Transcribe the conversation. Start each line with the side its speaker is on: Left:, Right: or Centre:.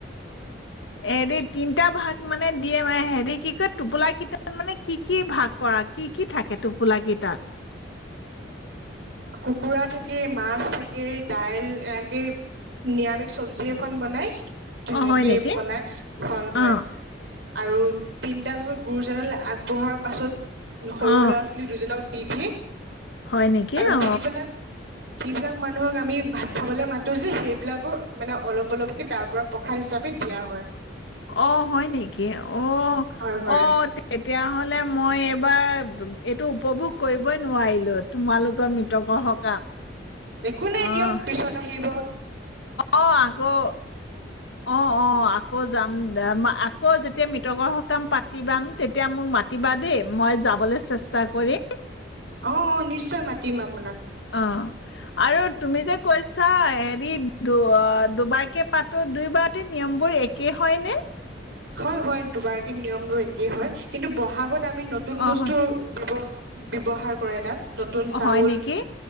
Left: এৰি তিনটা ভাগ মানে দিয়ে, মে হেৰি কি কয় টোপোলা কেইটাত মানে, কি কি ভাগ কৰা। কি কি থাকে টোপোল কেইটাত।
Right: কুকুৰা থাকে, মাছ থাকে, দাইল, এনেকে নিৰামিষ চবজি এখন বনাই। ধুনীয়াকে
Left: অ হয় নেকি
Right: বনাই হয়, হয়।
Left: অ
Right: আৰু তিনিটা ভাগে গুৰুজনালৈ আগবঢ়াৰ পাছত সৰু
Left: অ
Right: ল'ৰা ছোৱালী দুজনক ইজ
Left: হয় নেকি
Right: আৰু
Left: অ
Right: যিবিলাক যিবিলাক মানুহক আমি ভাত খাবলে মাতো যে সেই বিলাকো মানে অলপ উপলক্ষ্ধি তাৰ পৰা প্ৰসাদ হিচাপে দিয়া হয়
Left: অ হয় নেকি অ
Right: হয় হয়
Left: অ' তেতিয়া নহ'লে মই এইবাৰ এইটো উপভোগ কৰিবই নোৱাৰিলোঁ। তোমালোকৰ মৃতকৰ সকাম।
Right: একো নাই
Left: অ'
Right: দিয়ক পিছত আহিব
Left: অ' আকৌ অ' অ' আকৌ যাম। আকৌ যেতিয়া মৃতকৰ সকাম পাতিবা তেতিয়া মোক মাতিবা দেই। মই যাবলৈ চেষ্টা কৰিম।
Right: অ' অ' নিশ্চয় মাতিম আপোনাক।
Left: অ'। আৰু তুমি যে কৈছা যদি দু দুবাৰকে পাতো দুইবাৰতে নিয়মবোৰ একেই হয় নে?
Right: হয়, হয় দুবাৰকে নিয়মটো একেই হয়। কিন্তু বহাগত আমি নতুন
Left: অ
Right: বস্তু
Left: হয়
Right: দিব ব্যৱহাৰ কৰে তাত। নতুন
Left: অ'
Right: চাউল
Left: হয় নেকি